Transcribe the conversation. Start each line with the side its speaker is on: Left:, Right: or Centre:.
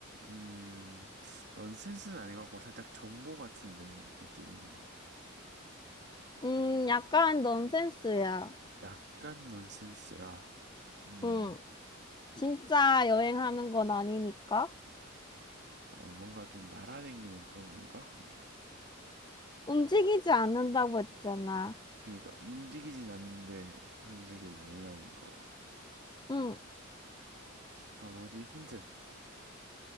Right: 음, 넌센스는 아닌 것 같고 살짝 정보 같은데, 느낌이.
Left: 음, 약간 넌센스야.
Right: 약간 넌센스라, 음,
Left: 응, 진짜 여행하는 건 아니니까.
Right: 아, 뭔가 좀 날아다니는 그런 건가?
Left: 움직이지
Right: 어,
Left: 않는다고 했잖아.
Right: 그러니까 움직이진 않는데 전 세계를 여행하는 거.
Left: 응.
Right: 아, 뭐지? 힌트.